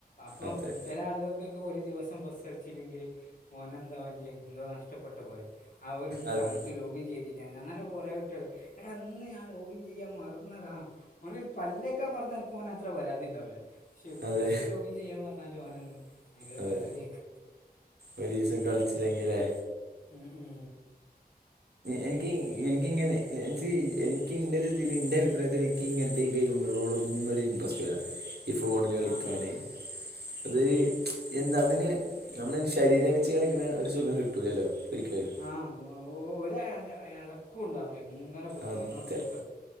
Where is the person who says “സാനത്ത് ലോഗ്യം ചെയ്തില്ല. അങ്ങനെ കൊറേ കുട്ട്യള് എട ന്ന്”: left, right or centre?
Left